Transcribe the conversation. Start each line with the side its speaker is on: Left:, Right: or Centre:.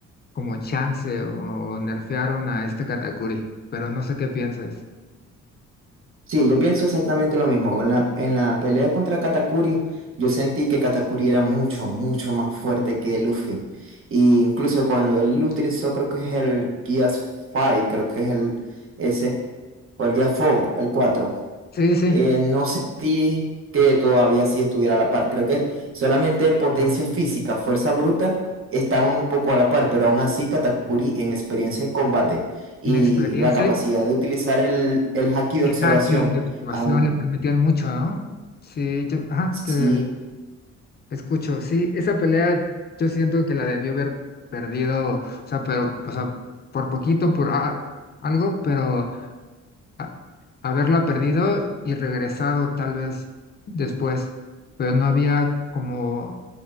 Left: como chance o nerfearon a este Katakuri, pero no sé qué pienses.
Right: Sí, yo pienso exactamente lo mismo. En la, en la pelea contra Katakuri, yo sentí que Katakuri era mucho, mucho más fuerte que Luffy. Y incluso cuando él utilizó, creo que es el Gear 5, creo que es el ese, o el Gear 4, el 4.
Left: Sí, sí,
Right: Eh,
Left: sí,
Right: no sentí que todavía sí estuviera a la par. Creo que solamente en potencia física, fuerza bruta, estaban un poco a la par, pero aún así Katakuri en experiencia en combate y
Left: inexperiencia
Right: la capacidad de utilizar el, el haki de
Left: y
Right: observación,
Left: haki de observación
Right: aún
Left: le permitían mucho, ¿no? Sí, yo, ajá,
Right: sí,
Left: te escucho. Sí, esa pelea yo siento que la debió haber perdido, o sea, pero, o sea, por poquito, por a- algo, pero a- haberla perdido y regresado tal vez después, pero no había como